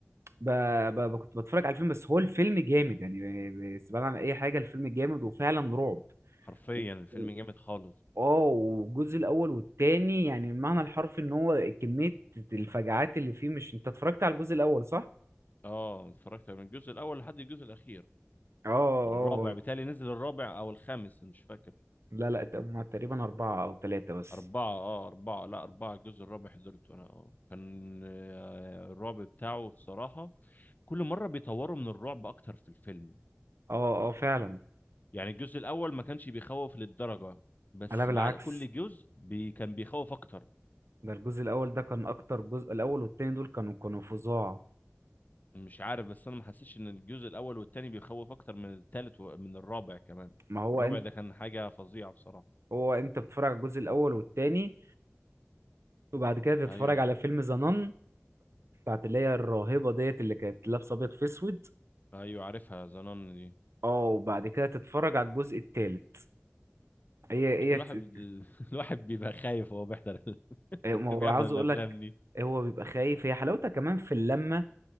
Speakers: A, on the right; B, on the left.
A: ب... ب... ب- كنت بتفرج على الفيلم بس هو الفيلم جامد يعني استبعد عن اي حاجه الفيلم جامد وفعلا رعب
B: حرفيا
A: و-
B: الفيلم
A: و-
B: جامد خالص
A: اه والجزء الاول والتاني يعني المعنى الحرفي ان هو كميه الفجعات اللي فيه مش انت اتفرجت على الجزء الاول صح
B: اه اتفرجت من الجزء الاول لحد الجزء الاخير
A: اه
B: الرابع
A: اه
B: بتالي نزل الرابع او الخامس مش فاكر
A: لا لا هما تقريبا اربعه او ثلاثه بس
B: أربعة اه أربعة لا أربعة الجزء الرابع حضرته أنا اه كان آه، الرعب بتاعه الصراحة كل مرة بيطوروا من الرعب أكتر في الفيلم
A: اه اه فعلا
B: يعني الجزء الأول ما كانش بيخوف للدرجة بس
A: لا بالعكس
B: بعد كل جزء بي كان بيخوف أكتر
A: ده الجزء الاول ده كان اكتر جزء الاول والتاني دول كانوا كانوا فظاع
B: مش عارف بس أنا ما حسيتش إن الجزء الأول والتاني بيخوف أكتر من التالت ومن الرابع كمان
A: ما هو
B: الرابع
A: انت
B: ده كان حاجة فظيعة بصراحة
A: هو انت بتتفرج على الجزء الاول والتاني وبعد كده تتفرج
B: أيوه
A: على فيلم ذا بتاعت اللي هي الراهبة ديت اللي كانت لابسة أبيض في أسود
B: ايوه عارفها زنان دي
A: اه وبعد كده تتفرج على الجزء التالت هي
B: مشكلة
A: هي ت-
B: الواحد بد- <laughs> الواحد بيبقى خايف وهو بيحضر ال-
A: ما
B: <laughs>
A: هو
B: بيحضر
A: عاوز
B: الافلام
A: أقول لك
B: دي
A: هو بيبقى خايف هي حلاوتها كمان في اللمة